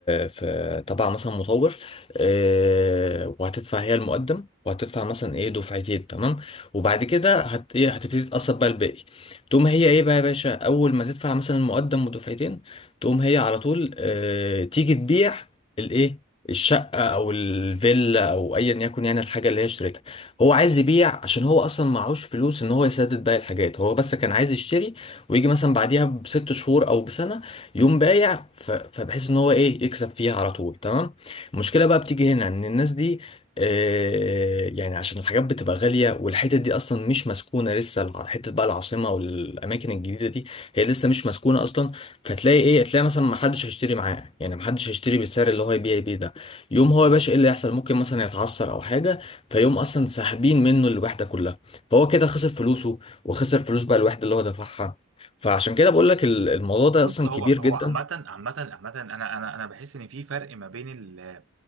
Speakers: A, on the left; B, on the right.
A: في تبع مثلا مطور آه، وهتدفع هي المقدم وهتدفع مثلا ايه دفعتين تمام وبعد كده هت ايه هتبتدي تقسط بقى الباقي تقوم هي ايه بقى يا باشا اول ما تدفع مثلا المقدم ودفعتين تقوم هي على طول آه تيجي تبيع الايه الشقه او الفيلا او ايا يكن يعني الحاجه اللي هي اشتريتها هو عايز يبيع عشان هو اصلا معهوش فلوس ان هو يسدد باقي الحاجات هو بس كان عايز يشتري ويجي مثلا بعديها بست شهور او بسنه يقوم بايع ف- فبحيث ان هو ايه يكسب فيها على طول تمام المشكله بقى بتيجي هنا ان الناس دي آه، يعني عشان الحاجات بتبقى غالية والحتت دي أصلا مش مسكونة لسه الع- حتة بقى العاصمة والأماكن الجديدة دي هي لسه مش مسكونة أصلا فتلاقي إيه تلاقي مثلا محدش هيشتري معاه يعني محدش هيشتري بالسعر اللي هو يبيع بيه ده يوم هو يا باشا إيه اللي يحصل ممكن مثلا يتعثر أو حاجة فيقوم أصلا ساحبين منه الوحدة كلها فهو كده خسر فلوسه وخسر فلوس بقى الوحدة اللي هو دفعها فعشان كده بقول لك ال- الموضوع ده
B: بص
A: أصلا
B: هو
A: كبير
B: هو
A: جدا
B: عامة عامة عامة انا انا انا بحس ان في فرق ما بين ال-